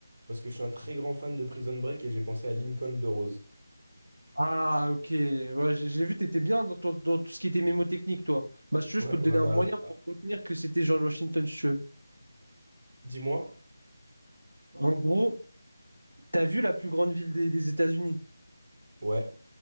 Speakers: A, on the right; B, on the right.
A: Parce que je suis un très grand fan de Prison Break et j'ai pensé à Lincoln de Rose.
B: Ah, ok. Ouais, j'ai j'ai vu, t'étais bien dans, ton- dans tout ce qui était mémotechnique, toi. Bah, si tu veux,
A: Ouais,
B: je peux te donner
A: ouais,
B: un
A: bah,
B: moyen
A: ah,
B: pour retenir que c'était George Washington, si tu veux.
A: dis-moi.
B: En gros, t'as vu la plus grande ville des, des États-Unis?
A: Ouais,